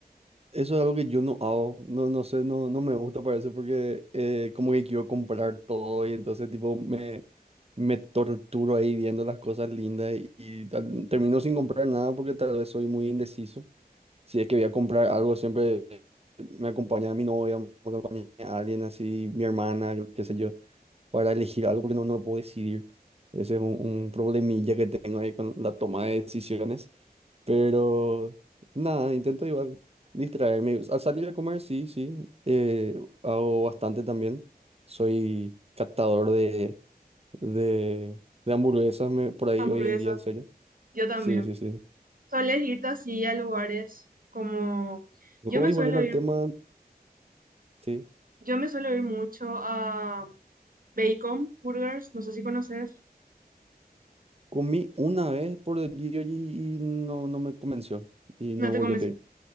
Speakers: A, on the right; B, on the right.
A: Eso es algo que yo no hago, no, no sé, no, no me gusta parece porque eh, como que quiero comprar todo y entonces tipo me, me torturo ahí viendo las cosas lindas y, y tal- termino sin comprar nada porque tal vez soy muy indeciso. Si es que voy a comprar algo, siempre me acompaña mi novia, me acompaña alguien así, mi hermana, yo qué sé yo, para elegir algo porque no, no puedo decidir. Ese es un, un problemilla que tengo ahí con la toma de decisiones. Pero nada, intento igual distraerme. Al salir a comer, sí, sí. eh, hago bastante también. Soy catador de, de, de hamburguesas me- por ahí
B: hamburguesas.
A: hoy en día, en serio.
B: Yo también.
A: Sí, sí, sí.
B: Sueles irte así a lugares como... Yo
A: Hoy
B: me suelo
A: volviendo al
B: ir,
A: tema, sí.
B: yo me suelo ir mucho a Bacon Burgers, no sé si conoces,
A: Comí una vez por delivery y no, no me convenció. Y
B: no
A: no
B: te
A: volví
B: convenció.
A: a pedir.